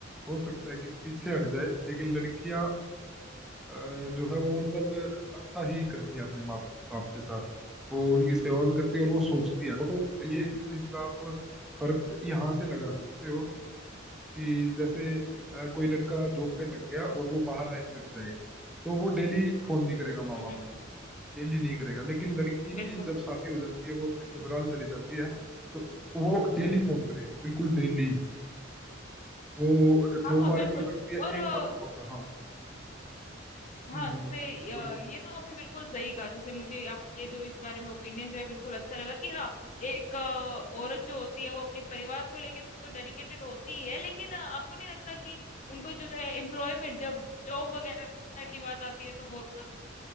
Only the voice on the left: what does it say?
हम्म,
हम्म,
बिल्कुल
हाँ
हाँ
बिल्कुल
और
अ,
हाँ
जैसे अ,
ये तो आपने बिल्कुल सही कहा जैसे मुझे आपका ये जो इस बारे में ओपिनियन जो है बिल्कुल अच्छा लगा कि हाँ एक अ, औरत जो होती है वो अपने परिवार को लेके तो डेडिकेटेड होती ही है लेकिन अ, आपको नहीं लगता कि उनको जो है एम्प्लॉयमेंट जब जॉब वगैरह की बात आती है तो बहुत